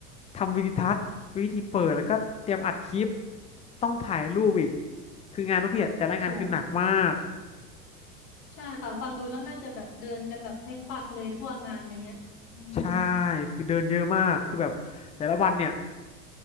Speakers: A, on the left; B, on the left.
A: ทำวิดีทัศน์วิธีเปิดแล้วก็เตรียมอัดคลิปต้องถ่ายรูปอีกคืองานพวกพี่อะแต่ละงานคือหนักมาก
B: ำโหใช่ค่ะฟังดูแล้วน่าจะแบบเดินกันแบบให้ควักเลยทั่วงานอะไรเงี้ยอืม
A: ใช่คือเดินเยอะมากคือแบบแต่ละวันเนี่ย